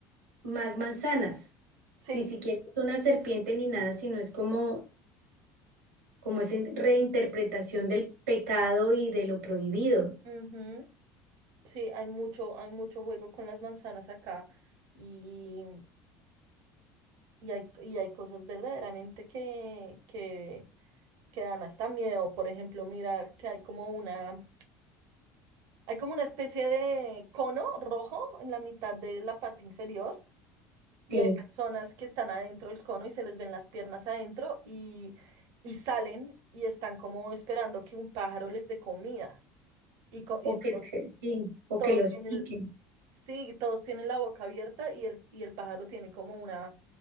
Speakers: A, on the right (about 80°); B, on the right (about 60°).
A: más manzanas.
B: Sí,
A: Ni siquiera es una serpiente ni nada, sino es como, como esa reinterpretación del pecado y de lo prohibido.
B: ujú, Sí, hay mucho, hay mucho juego con las manzanas acá y, y hay, y hay cosas verdaderamente que, que, que dan hasta miedo. Por ejemplo, mira que hay como una, hay como una especie de cono rojo en la mitad de la parte inferior. y
A: Sí,
B: hay personas que están adentro del cono y se les ven las piernas adentro y, y salen y están como esperando que un pájaro les dé comida. Y, co- y
A: o que,
B: todos,
A: se- sí, o
B: todos
A: que los
B: tienen,
A: pique.
B: sí, todos tienen la boca abierta y el, y el pájaro tiene como una,